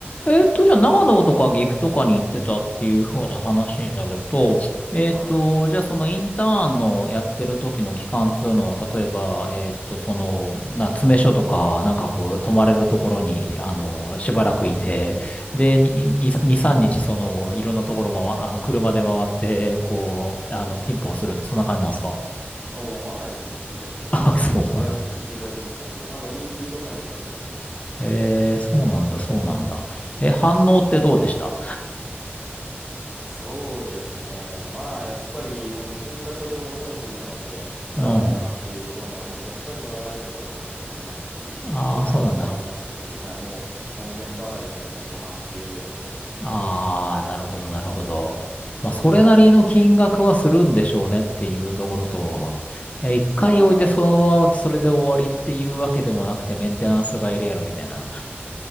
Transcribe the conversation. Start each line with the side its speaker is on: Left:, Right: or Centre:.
Left: えっと、じゃあ、長野とか岐阜とかに行ってたっていう風な話になると、えっと、
Centre: はい。
Left: じゃあ、そのインターンのやってる時の期間っていうのは、例えば、えっと、その、な、詰め所とか、なんかこう、泊まれるところに、あの、しばらくいて、で、に、に、2、3日、その、いろんなところ回、あの、車で回って、こう、あの、ピンポンするって、そんな感じなんですか
Centre: お、もうまさにそんな感じですね。
Left: <laughs>
Centre: もうまんま言ってが、
Left: あ、そうなんですか。
Centre: 言っていただいたって感じで、まあ土日とかに行くって感じですね。
Left: ええそうなんだ、そうなんだ。え、反応ってどうでした
Centre: うんそうですね。まあ、やっぱり、まあ、自分がそれを求めていたので、
Left: うん。
Centre: 良かったなっていうところもありつつ、やっぱり怒鳴られる方もいらっしゃいましたし、
Left: ああ、
Centre: 怒鳴ることもありましたし、
Left: そうなんだ。
Centre: はい、もう、門前払いっていうのがもう半数以上でしたね。
Left: ああ、なるほど、なるほど。まあ、
Centre: そうですね。
Left: それなりの金額はするんでしょうねっていうところと、え一回置いてそのままそれで終わりっていうわけでもなくてメンテナンスがいるやろみたいな。
Centre: まあ、